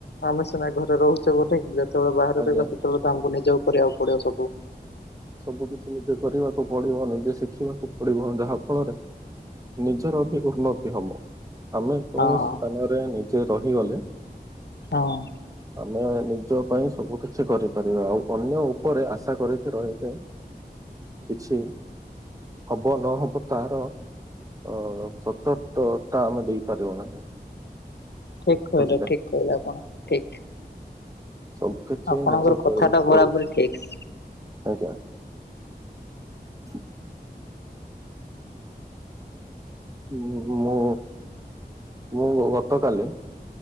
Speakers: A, on the left (about 85°); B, on the right (about 20°).
A: ଆମେ ସିନା ଘରେ ରହୁଛେ ବୋଲି ଯେତେବେଳେ ବାହାରେ
B: ଆଜ୍ଞା।
A: ରହିବ ସେତେବେଳେ ତ ଆମକୁ ନିଜକୁ କରିବାକୁ ପଡିବ ସବୁ।
B: ସବୁ କିଛି ନିଜେ କରିବାକୁ ପଡିବ ନିଜେ ଶିଖିବାକୁ ପଡିବ ଯାହା ଫଳରେ ନିଜର ବି ଉନ୍ନତି ହବ। ଆମେ କୌଣସି
A: ହଁ
B: ସ୍ଥାନରେ ନିଜେ ରହିଗଲେ
A: ହଁ।
B: ଆମେ ନିଜ ପାଇଁ ସବୁ କିଛି କରିପାରିବା। ଆଉ ଅନ୍ୟ ଉପରେ ଆଶା କରିକି ରହି କିଛି ହବ ନହବ ତାର ଅ ସତର୍କତା ଆମେ ଦେଇପାରିବ ନାହିଁ।
A: ଠିକ୍ କହିଲେ
B: ବୁଝିଲେ।
A: ଠିକ୍ କହିଲେ ଆପଣ ଠିକ୍।
B: ସବୁ କିଛି
A: ଆପଣଙ୍କର
B: ନିଜେ
A: କଥା
B: କରିବାକୁ
A: ଟା
B: ପଡେ
A: ବରାବରି ଠିକ୍।
B: ଆଜ୍ଞା <unintelligible> ହୁଁ ମୋ ମୁଁ ଗତକାଲି